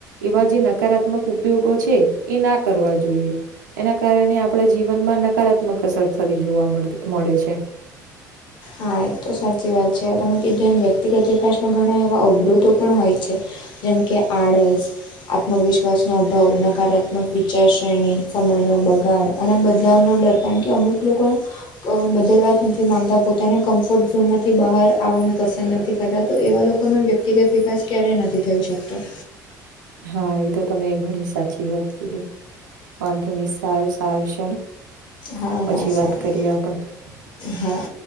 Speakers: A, on the right; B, on the left.
A: એવા જે નકારાત્મક ઉપયોગો છે, એ ના કરવા જોઈએ. એના કારણે આપણા જીવનમાં નકારાત્મક અસર થતી જોવા મળ મળે છે.
B: હા એતો સાચી વાત છે તમે કીધું એમ વ્યક્તિગત વિકાસમાં ઘણા એવા અવરોધો પણ હોય છે. જેમ કે આળસ આત્મવિશ્વાસનો અભાવ, નકારાત્મક વિચારશ્રેણી, સમયનો બગાડ અને બદલાવનો ડર કારણ કે અમુક લોકો બદલવા જ નથી માંગતા પોતાના કમ્ફર્ટ ઝોનમાંથી બહાર આવાનું પસંદ નથી કરતા તો એવા લોકોનો વ્યક્તિગત વિકાસ ક્યારેય નથી થઈ શકતો.
A: હા એ તો તમે ઘણી સાચી વાત કીધી. વાંધો નહી સારું-સારું ચલો
B: હા
A: પછી
B: હા સારું
A: વાત કરીએ આપડે
B: હા